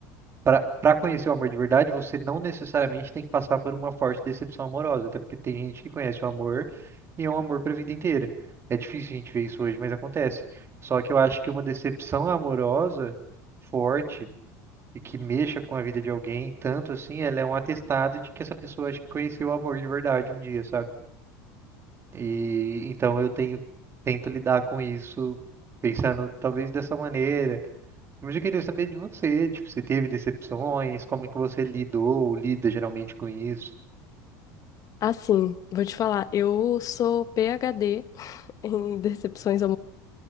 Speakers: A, on the right (about 30°); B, on the left (about 40°).
A: para para conhecer o amor de verdade, você não necessariamente tem que passar por uma forte decepção amorosa, até porque tem gente que conhece o amor e é um amor para a vida inteira. É difícil a gente ver isso hoje, mas acontece. Só que eu acho que uma decepção amorosa forte e que mexa com a vida de alguém, tanto assim, ela é um atestado de que essa pessoa acho que conheceu o amor de verdade um dia, sabe? E então eu tenho tento lidar com isso pensando talvez dessa maneira mas eu queria saber de você, tipo, você teve decepções, como é que você lidou ou lida geralmente com isso?
B: assim, vou te falar, eu sou PhD <laughs> em decepções